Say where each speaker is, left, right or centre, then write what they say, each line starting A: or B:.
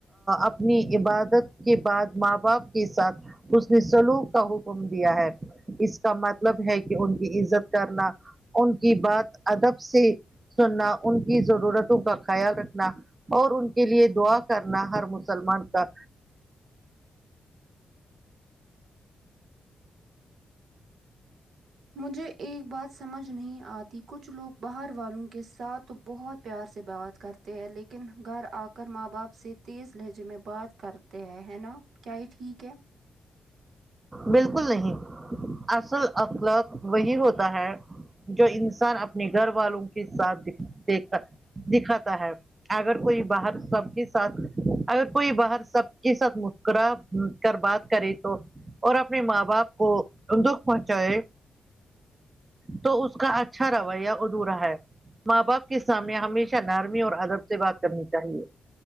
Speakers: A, on the right; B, on the right.
A: اپنی عبادت کے بعد ماں باپ کے ساتھ حسن سلوک کا حکم دیا ہے اس کا مطلب ہے کہ ان کی عزت کرنا ان کی بات ادب سے سننا ان کی ضرورتوں کا خیال رکھنا اور ان کے لیے دعا کرنا ہر مسلمان کا
B: مجھے ایک بات سمجھ نہیں آتی کچھ لوگ باہر والوں کے ساتھ بہت پیار سے بات کرتے ہیں لیکن گھر آ کر ماں باپ سے تیز لہجے میں بات کرتے ہیں ہے نا کیا یہ ٹھیک ہے
A: بالکل نہیں اصل اخلاق وہی ہوتا ہے جو انسان اپنے گھر والوں کے ساتھ دیکھ دکھاتا ہے اگر کوئی باہر سب کے ساتھ اگر کوئی باہر سب کے ساتھ مسکرا کر بات کرے تو اور اپنے ماں باپ کو دکھ پہنچائے تو اس کا اچھا رویہ ادھورا ہے ماں باپ کے سامنے ہمیشہ نارمی اور ادب سے بات کرنی چاہیے